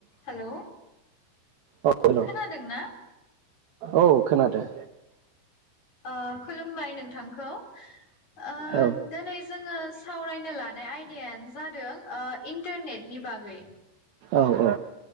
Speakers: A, on the left (about 40°); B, on the right (about 70°).
A: Hello
B: औ hello
A: खोनादों ना
B: औ खोनादो
A: अ खुलुमबाय नोंथांखौ ओ
B: औ
A: दोनै जोङो सावरायनो लानाय आयदायानो जादों इन्टारनेट नि बागै
B: औ औ